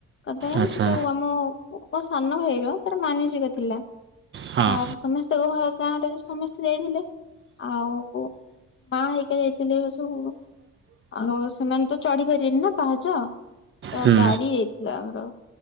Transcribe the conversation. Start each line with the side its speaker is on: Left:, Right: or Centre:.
Left: କଥା ହୋଉଛି
Right: ଆଚ୍ଛା
Left: ଯୋଉ ଆମ ମୋ ସାନ ଭାଇର ତାର ମାନସିକ ଥିଲା।
Right: ହଁ
Left: ଆ ସମସ୍ତଙ୍କ ଗାଁରେ ସମସ୍ତେ ଯାଇଥିଲେ। ଆଉ ମା ହେଇକା ଯାଇଥିଲେ ସବୁ। ଆଉ ସେମାନେ ତ ଚଢି ପାରିବେନି ନା ପାହାଚ ତ
Right: ହୁଁ
Left: ଗାଡି ଆମର